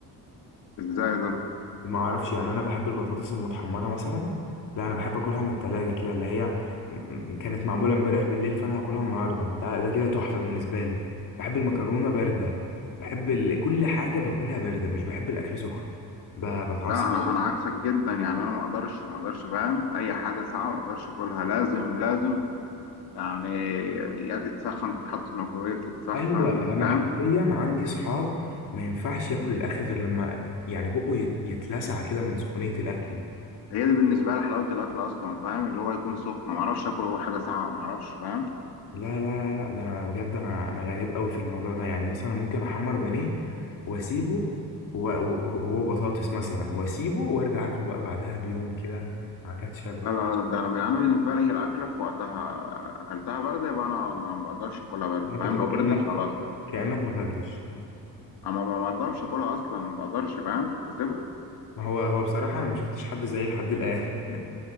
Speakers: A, on the left; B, on the left.
A: ازاي ده
B: ما اعرفش يعني انا بحب البطاطس المتحمرة مثلا لا انا بحب اكلها من التلاجة كده اللي هي م- كانت معمولة امبارح بالليل فانا هاكلها النهاردة ده ده كده تحفة بالنسبة لي بحب المكرونة باردة بحب ال... كل حاجة باكلها باردة مش بحب الاكل سخن ب... بتعصب
A: لا انا انا عكسك جدا يعني انا ما اقدرش ما اقدرش فاهم اي حاجه ساقعه ما اقدرش اكلها لازم لازم يعني يا تتسخن تتحط في الميكرويف تتسخن
B: ايوه انا
A: فاهم
B: حرفيا عندي صحاب ما ينفعش ياكل الاكل غير لما يعني بقه يت- يتلسع كده من سخونيه الاكل
A: هي دي بالنسبه لي حلاوه الاكل اصلا فاهم اللي هو يكون سخن ما اعرفش اكل هو حاجه ساقعه ما اعرفش فاهم
B: لا لا لا لا ده انا بجد انا انا غريب قوي في الموضوع ده يعني مثلا ممكن احمر بانيه واسيبه و- و- وهو بطاطس مثلا واسيبه وارجع اكله بقى بعدها بيوم كده مع كاتشب
A: لا لا ده انا من انا بالنسبه لي هي الاكله في وقتها اكلتها بارده يبقى انا ما ما بقدرش اكلها بارده
B: انت
A: فاهم
B: كده
A: لو
B: كانك
A: بردت خلاص
B: كانك ما اكلتش
A: انا ما ما بقدرش اكلها اصلا ما بقدرش فاهم بسيبها
B: ما هو هو بصراحه انا ما شفتش حد زيي لحد الان <laughs>